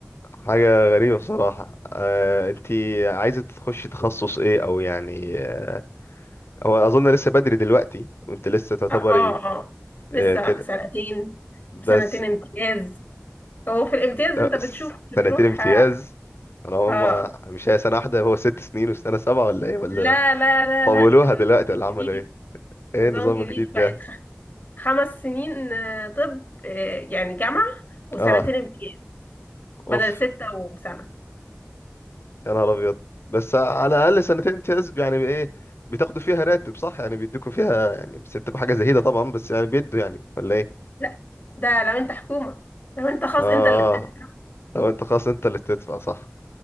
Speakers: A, on the left; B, on the left.
A: حاجة غريبة بصراحة آه، انتي عايزة تخشي تخصص ايه او يعني آه، هو اظن لسه بدري دلوقتي وانت لسه تعتبري
B: اه اه آه.
A: آه،
B: لسه
A: كده
B: سنتين سنتين
A: بس
B: امتياز هو في الامتياز انت
A: آه،
B: بتشوف
A: س-
B: بتروح
A: سنتين امتياز
B: اه
A: انا هم
B: آه.
A: أنا مش هي سنة واحدة هو ست سنين والسنة سبعة ولا ايه ولا
B: لا لا لا
A: طولوها
B: لا النظام
A: دلوقتي
B: الجديد
A: ولا عملوا ايه ايه
B: نظام
A: النظام
B: جديد
A: الجديد ده
B: بقت خ- خمس سنين آه، طب آه، يعني جامعة وسنتين
A: اه
B: امتياز بدل
A: اوف
B: ستة وسنة
A: يا نهار ابيض بس على الاقل سنتين امتياز يعني ايه بتاخدوا فيها راتب صح يعني بيدوكوا فيها يعني بس بتبقى حاجة زهيدة طبعا بس يعني بيدوا يعني ولا ايه
B: لا ده لو انت حكومة لو انت خاص
A: اه
B: انت اللي بتدفع
A: آه. لو انت خلاص انت اللي بتدفع صح